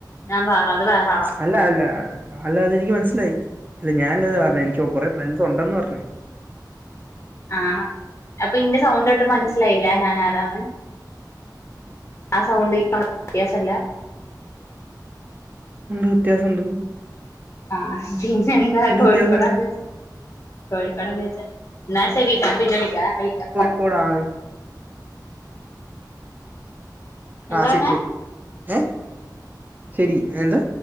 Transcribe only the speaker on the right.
അല്ല അല്ല അല്ല അതെനിക്ക് മനസ്സിലായി അല്ല ഞാന് അതാ പറഞ്ഞേ എനിക്ക് കുറെ ഫ്രണ്ട്സ് ഉണ്ടെന്ന് പറഞ്ഞതാ.
ഉണ്ട് വ്യത്യാസമുണ്ട്.
ഉണ്ട്
വ്യത്യാസമുണ്ട്
ക്കോടാണ്.
ആഹ് ശരി
ശരി ഏഹ് ശരി എന്ത്?